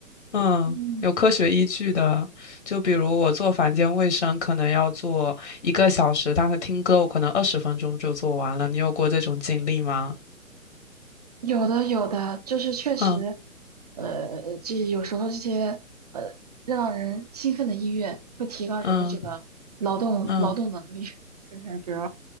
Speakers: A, on the left (about 55°); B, on the right (about 30°).
A: 嗯，
B: 嗯。
A: 有科学依据的。就比如我做房间卫生，可能要做一个小时，但是听歌我可能二十分钟就做完了。你有过这种经历吗？
B: 有的有的，就是确实，
A: 嗯
B: 呃，这有时候这些呃让人兴奋的音乐会提高人的这个劳动劳动能力，
A: 嗯嗯
B: <laughs> 就是比如